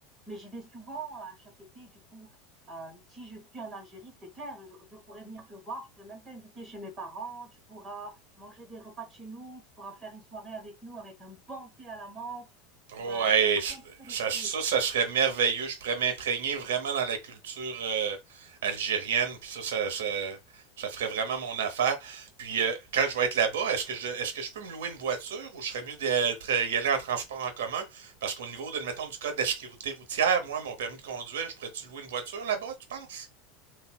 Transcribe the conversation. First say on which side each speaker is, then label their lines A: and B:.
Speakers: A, on the right; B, on the right.
A: Mais j'y vais souvent à chaque été. Du coup, euh, si je suis en Algérie, c'est clair, je, je pourrais venir te voir, je pourrais même t'inviter chez mes parents, tu pourras manger des repas de chez nous, tu pourras faire une soirée avec nous avec un bon thé à la menthe. Tu
B: Oh,
A: vas,
B: hey,
A: tu vas te changer un petit peu les
B: ça, ça,
A: idées.
B: ça serait merveilleux. Je pourrais m'imprégner vraiment dans la culture euh, algérienne, puis ça, ça, ça, ça ferait vraiment mon affaire. Puis euh, quand je vais être là-bas, est-ce que je, est-ce que je peux me louer une voiture ou je serais mieux d'être, y aller en transport en commun? Parce qu'au niveau, de, mettons, du code de la sécurité routière, moi, mon permis de conduire, je pourrais-tu louer une voiture là-bas, tu penses?